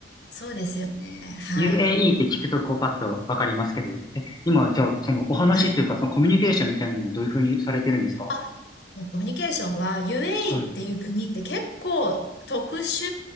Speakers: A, on the left; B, on the left.
A: そうですよね。はい。
B: UAE って聞くと、こう、パッとわかりますけど。え、今、じゃあ、その、お話というか、
A: はい。
B: その、コミュニケーションみたいなのをどういうふうにされてるんですか
A: あ、もうコミュニケーションは UAE
B: はい。
A: っていう国って結構特殊